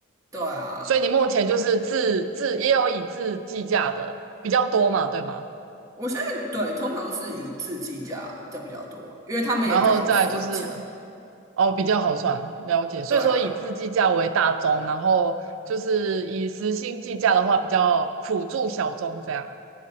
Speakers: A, on the right; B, on the right.
A: 对啊，
B: 所以你目前就是自自也有以自计价的比较多嘛，对吗？
A: 我相信对，通常是以字计价的比较多，因为他们也比较好算钱，
B: 然后再就是哦，比较好算，了解。所以说以自计价为大宗，
A: 对啊。
B: 然后就是以时薪计价的话，比较辅助小宗这样啊。